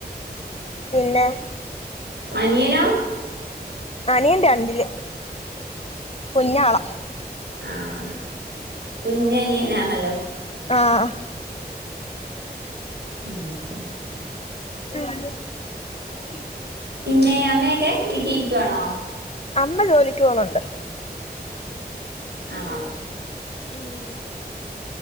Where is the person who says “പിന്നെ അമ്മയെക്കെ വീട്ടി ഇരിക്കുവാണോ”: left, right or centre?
Right